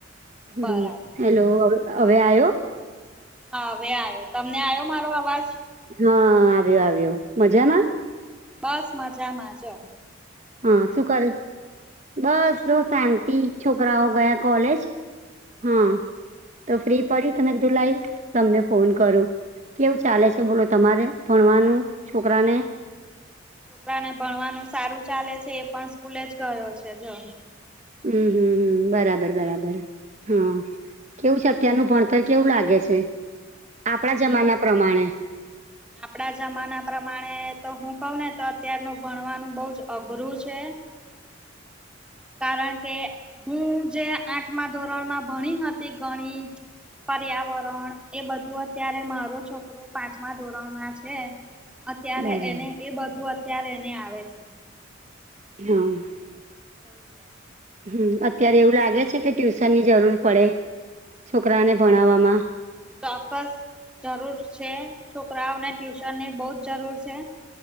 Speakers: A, on the right; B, in the centre.
A: હમ
B: બરાબર
A: હેલો હવે આવ્યો.
B: હા હવે આવ્યો તમને આવ્યો. તમને આવ્યો મારો અવાજ?
A: હા આવ્યો આવ્યો મઝામાં.
B: બસ મજામાં જો.
A: હા શું કરે છે. બસ શાંતિ છોકરાઓ ગયા કોલેજ. હા
B: ઓકે.
A: તો ફ્રી પડી તો મે કીધું લાઈ તમને ફોન કરું. કેવું ચાલે છે? બોલો તમારે ભણવાનું છોકરાને?
B: છોકરા ને ભણવાનું સારું ચાલે છે એ પણ સ્કૂલે જ ગયો છે જો.
A: હમ હમ હમ. બરાબર બરાબર હા. કેવું છે અત્યારનું ભણતર કેવું લાગે છે? આપણા જમાના પ્રમાણે.
B: આપણા જમાના પ્રમાણે તો હું કવ ને તો અત્યારનું ભણવાનું બવ જ અઘરું છે. કારણ કે... હું જે આઠમા ધોરણમાં ભણી હતી ગણિત. પર્યાવરણ એ બધું અત્યારે મારો છોકરો પાંચમા... ધોરણમાં છે અત્યારે
A: બરાબર
B: એને એ બધું અત્યારે એને આવે છે.
A: હ.
B: એવું છે.
A: હમ અત્યારે એવું લાગે છે કે, ટ્યુશનની જરૂર પડે, છોકરાને ભણાવવામાં.
B: ચોક્કસ જરૂર છે, છોકરાઓને ટ્યુશનની બવ જ જરૂર છે.